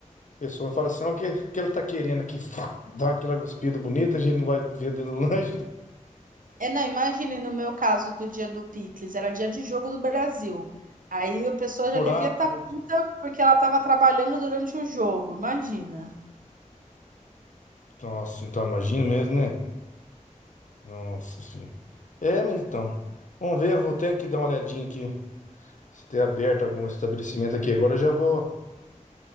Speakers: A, on the left; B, on the right.
A: a pessoa fala assim, ó, o que, o que ele tá querendo aqui? Fá, Dá aquela cuspida bonita, a gente não vai vendendo <laughs> lanche,
B: É, não, imagine no meu caso do dia do Picles, era dia de jogo do Brasil. Aí a pessoa
A: furado
B: já devia estar
A: tudo.
B: puta porque ela estava trabalhando durante o jogo, imagina.
A: Nossa, então imagina mesmo, né? Nossa, sim. É, mas então, vamos ver, eu vou até aqui dar uma olhadinha aqui, se tem aberto algum estabelecimento aqui agora, eu já vou